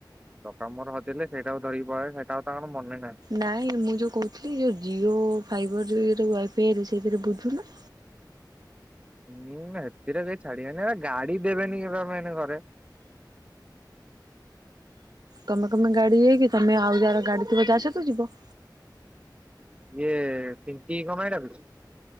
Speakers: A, on the right (about 15°); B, on the right (about 60°).
A: ଟକ ମାମୁଁ ଙ୍କ ର ହଜେଇଲେ ସେଇଟା ଧରିକି ପଳେଇଆଇଲି ସେଇଟା ଆଉ ତାଙ୍କର ମନେ ନାହିଁ।
B: ନାଇଁ ମୁଁ ଯୋଉ କହୁଥିଲି ଯୋଉ ଜିଓ ଫାଇବର୍ <unintelligible> ୱାଇଫାଇଏ ରେ ସେଥିରେ ବୁଝୁନୁ।
A: ହୁଁ ସେଥିରେ କେହି ଛାଡି଼ବେନି ଗାଡ଼ି ଦେବେନି କେହି ଯିବା ପାଇଁ ଘରେ।
B: ତମେ କଣ ପାଇଁ ଗାଡ଼ି ଇଏକି ତମେ ଆଉ ଯାହାର ଗାଡ଼ି ଥିବ ତା ସହିତ ଯିବ।
A: ଇଏ ପିଙ୍କି କି କଣ ପାଇଁ ଡାକୁଚୁ।